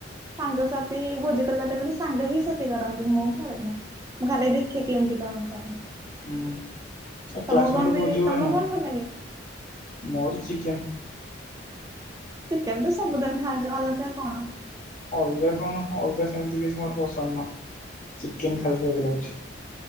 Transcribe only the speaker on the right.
ସାଙ୍ଗସାଥି ଭୁଜି କଲା ଟାଇମ୍‌ରେ ସାଙ୍ଗ ହିଁ ସେତି କରନ୍ତି। ମୁଁ କରେନି ମୁଁ ଖାଲି ଦେଖିକି କେମିତି କଣ କରନ୍ତି।
ତମକୁ କଣ
ବିର୍
ତମକୁ
କଣ ଭଲ ଲାଗେ?
ଚିକେନ ତ ସବୁଦିନ ଖାହଉଛି ଅଲଗା କଣ?